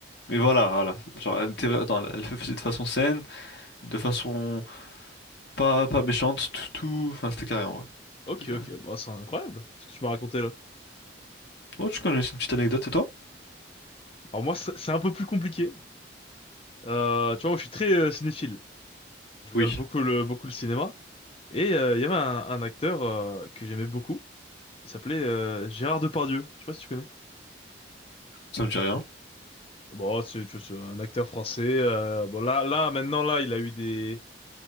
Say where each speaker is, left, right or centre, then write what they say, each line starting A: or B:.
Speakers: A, on the left; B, on the left.
A: mais voilà, voilà. Genre, elle était, attends, elle le faisait de façon saine, de façon pas, pas méchante, tout, tout, enfin, c'était carré, en vrai.
B: Ok,
A: C'était carré.
B: ok. Bah, c'est incroyable, ce que tu m'as raconté là.
A: Oh, tu connais une petite anecdote, et toi?
B: Alors moi, c'est c'est un peu plus compliqué. Euh, tu vois, moi, je suis très euh, cinéphile. Je regarde
A: Oui.
B: beaucoup le, beaucoup le cinéma. Et euh, il y avait un, un acteur euh, que j'aimais beaucoup. Il s'appelait euh, Gérard Depardieu. Je sais pas si tu connais.
A: Ça me dit rien.
B: Bon, c'est tu c'est un acteur français. euh, bon, là, là, maintenant, là, il a eu des,